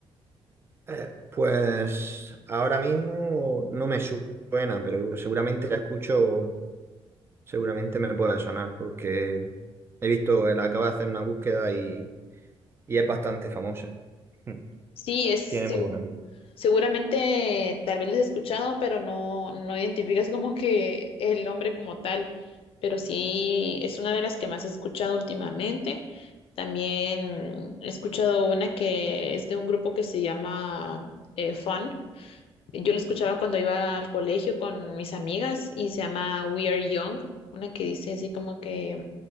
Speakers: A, on the right; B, on the left.
A: Eh, pues ahora mismo no me su- suena, pero seguramente la escucho. seguramente me puede sonar porque he visto, él acaba de hacer una búsqueda y, y es bastante famosa. <laughs>
B: Sí, es
A: Tiene muy buena pinta.
B: Seguramente tal vez les he escuchado, pero no, no identificas como que el hombre como tal. Pero sí es una de las que más he escuchado últimamente. También he escuchado una que es de un grupo que se llama eh, Fun. Yo lo escuchaba cuando iba al colegio con mis amigas y se llama We Are Young. Una que dice así como que